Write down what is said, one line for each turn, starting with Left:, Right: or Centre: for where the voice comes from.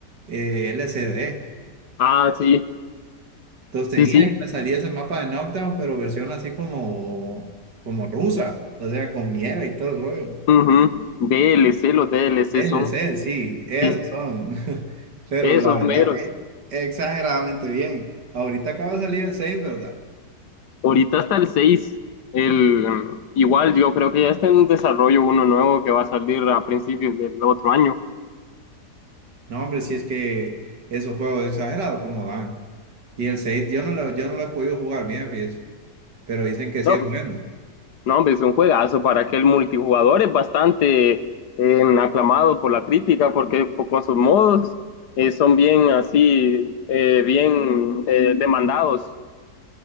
Right: eh, LCD.
Left: Ah, sí,
Right: Entonces
Left: sí,
Right: tenía
Left: sí.
Right: y me salía ese mapa de Knockdown, pero versión así como, como rusa, o sea, con nieve y todo el rollo.
Left: Ujú. D L C los D L C
Right: D L
Left: son
Right: C sí, esos
Left: sí,
Right: son. <laughs> Pero
Left: esos
Right: la verdad
Left: meros.
Right: que exageradamente bien. Ahorita acaba de salir el 6, ¿verdad?
Left: Ahorita hasta el 6 el, igual yo creo que ya está en desarrollo uno nuevo que va a salir a principios del otro año.
Right: No, hombre, si es que esos juegos exagerados como dan. Y el 6 yo no lo, yo no lo he podido jugar bien, fíjese. Pero dicen que sí
Left: No,
Right: es bueno.
Left: no, hombre, es un juegazo para que el multijugador es bastante eh, aclamado por la crítica porque po- con sus modos eh, son bien así, eh, bien eh, demandados.